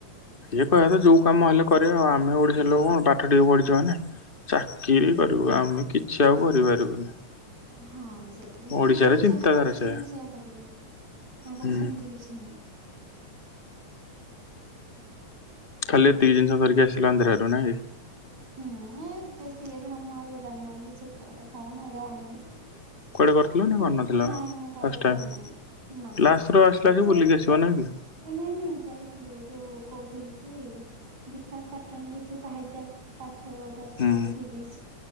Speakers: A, on the left; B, on the right.
A: ସିଏ କହିବା କଥା ଯଉ କାମ ହେଲେ‌ କ କରିବେ। ଆମେ ଓଡିଶା ଲୋକ କଣ ପାଠ ଟିକେ ପଢିଚୁ ମାନେ ଚାକିରି କରିବୁ। ଆମେ କିଛି ଆଉ କରିପାରିବୁନି।
B: ହଁ <unintelligible> କିନ୍ତୁ
A: ଓଡିଶାରେ
B: ତାଙ୍କର
A: ଚିନ୍ତାଧାରା
B: ଯାହା ପାଇଲେ ସେମାନେ
A: ସେୟା
B: ସେଇଆ କରିବେ। ତାଙ୍କର
A: ହୁଁ
B: ସେମିତି କିଛି ନାଇଁ।
A: ଖାଲି ଏତିକି ଜିନିଷ ଧରିକି ଆସିଲୁ ଆନ୍ଧ୍ରାରୁ ନା କି?
B: ହୁଁ ଏବେ ସିଏ ଏଥର ମୁଁ ଆଉ ଯିବାର ନାଇଁ କି ସିଏ କୁଆଡେ କଣ ଏରା ଆଣିବୁ।
A: କୁଆଡ଼େ କରିଥିଲ ନା
B: ଗୁଡ୍
A: କରିନଥିଲ?
B: ନାଇଁ ମୁଁ କୁଆଡେ
A: ଫାଷ୍ଟ ଟାଇମ୍,
B: କରିନି ନା
A: ଲାଷ୍ଟଥର ଆସିଲା ଯେ
B: ଯାଇ
A: ବୁଲିକି ଆସିବ ନା କି?
B: ଏ ନାଇଁ ନାଇଁ ଯାଇଥିଲୁ ଯଉ କୋଉଠିକି ବିଶାଖାପାଟଣାରେ ଯଉ ଭାଇଜାକ୍ ପାଖରେ ଗୋଟେ ଅଛି
A: ହୁଁ
B: ସି ବିଚ୍।